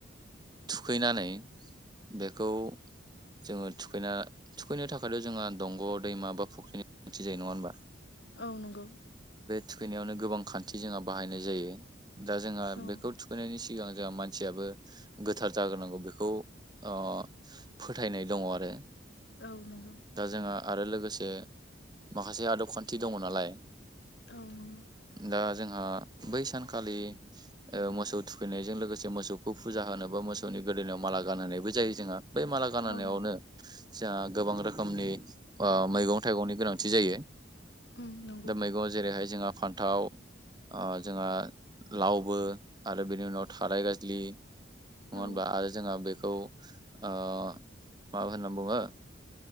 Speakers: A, on the right; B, on the left.
A: थुखैनानै बेखौ जोङो थुखैना थुखैनो थाखायथ' जोंहा दंग' दैमा बा फुख्रिनि गोनांथि जायो नङा होबा
B: औ नंगौ
A: थुखैनायावनो गोबां खान्थि जोंहा बाहायनाय जायो। दा जोंहा
B: औ
A: बेखौ थुखैनायनि सि सिगां जोंहा मानसियाबो गोथार जाग्रोनांगौ बेखौ ओ फोथायनाय दङ आरो।
B: औ नंगौ
A: दा जोंहा आरो लोगोसे माखासे आदब खान्थि दङ नालाय
B: औ नंगौ
A: दा जोंहा बै सानखालि ओ मोसौ थुखैनायजों लोगोसे मोसौखौ फुजा होनो बा मोसौनि गोदोननिायाव माला गानहायबो जायो जोंहा। बै माला गाननायावनो
B: औ नंगौ
A: जोंहा गोबां रोखोमनि ओ मैगं थाइगंनि गोनांथि जायो।
B: उम नंगौ
A: दा मैगंवाव जेरै हाय जोंहा फान्थाव ओ जोंहा लावबो आरो बेनि उनाव थाराय गाज्लि नङा
B: औ
A: होनबा आरो जोंहा बे खौ मा ओ होनना बुङो